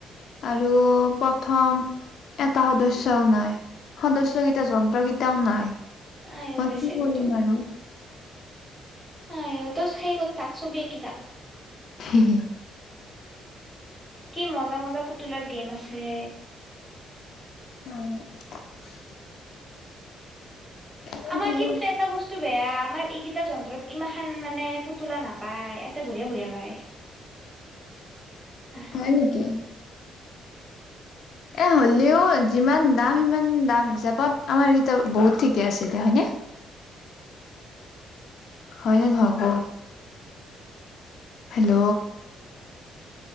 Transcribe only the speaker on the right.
আই অ
বেচেৰিটো
অ', নাইও টো সেই কৰি থাক, ছবি আকি থাক।
কি মজা, মজা পুতুলাৰ গেম আছে।
আমাৰ
কিন্তু এটা বস্তু বেয়া, আমাৰ এইকিটা যন্ত্ৰত ইমান মানে পুতলা নাপায়, এটাত বঢ়িয়া, বঢ়িয়া পায়। <inaudible>